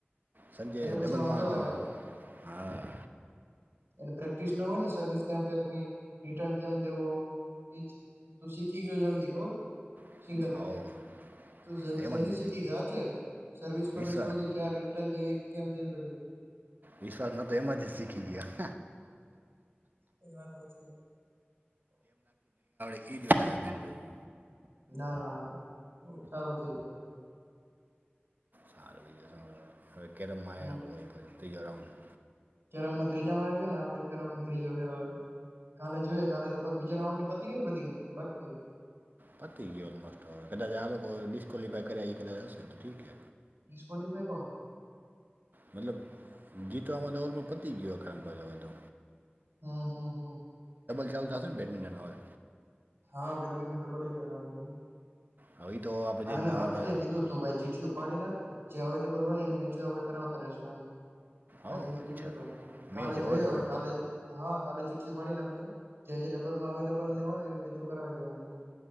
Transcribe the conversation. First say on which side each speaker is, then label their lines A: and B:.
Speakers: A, on the right; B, on the right.
A: સંજય
B: એટલે પછી
A: ડબલ
B: વાંધો
A: મા
B: આવે
A: હા
B: એ પ્રેક્ટિસ ના હોય ને સર્વિસ ક્યા ફેકવી રિટન કેમ દેવો એ તું શીખી ગયો જલ્દી ખબર
A: <inaudible>
B: સિંગલ તું
A: એમ
B: જલ્દી
A: જ ને
B: શીખી ગયા છે સર્વિસ પરવિસ
A: વિશ્વાસ
B: બધું ક્યાં રિટર્ન દેવી કેમ જેવી બધું
A: વિશ્વાસ ના તો એમરજન્સી કી ગયા
B: એ વાત છેી
A: ઈડીધ એ પદ
B: ના ના ના ના બ સારું થઈ ગયું
A: સારું કેરમમાં
B: હમ
A: આપણે ત્રીો રાઉન્ડ
B: કેરમમાં ત્રીજા માં આવ્યો ને આપે કેરમ ત્રીજો હ કાલે જોઈએ કાલે લગભગ બીજા રાઉન્ડ ની પતિ ગયા ને બધ ગેમ બાકી
A: પતી ગય ઓ કદાચ આ ડિસ્કલિફાઈ કર્યા કાચ હશે તો ઠીકે
B: ડિસ્ક્વલીિફાઈ કોણ
A: મતલબ જીતોમાં તો ઓલમાં પતી જ ગયો ખર તો
B: હા હમ હ
A: ખલ થને બેડમિંન્ટન આવે
B: હા બેડમિંન્ટન ટબલ કરવાની
A: હવે તો આપણે
B: અને મેં
A: જે
B: હર્ષને કીધું તું ભાઈ ચીઠિું પાડી ના જે અવેલેબલ હોય ને ને મેચ આપડણે કરાવતા રશું એમ આજે
A: હો
B: મેં
A: અચ્છા
B: કીધું તું એને કાલે
A: મેચ
B: જોયયો
A: હોય તો
B: હવે કાલે હા કાલે ઉપડી નાખ્યું જે ડબલમાંબ હોવા મેો કરાવી દેવાની એમ